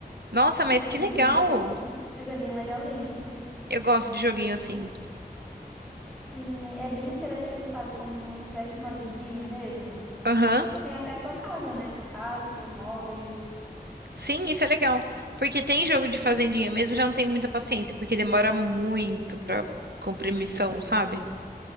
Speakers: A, on the right; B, in the centre.
A: Nossa, mas
B: Não, mas
A: que
B: eu paguei
A: legal!
B: mais baratinho. Mas é bem legalzinho.
A: Eu gosto de joguinho assim.
B: Sim, é é bem interativo, sabe? Como eu tivesse uma vidinha mesmo.
A: Aham.
B: Tu tem até a tua casa, né? Tua casa, teus móveis.
A: Sim, isso é legal. Porque tem jogo de fazendinha mesmo, eu já não tenho muita paciência, porque demora muito pra cumprir missão, sabe?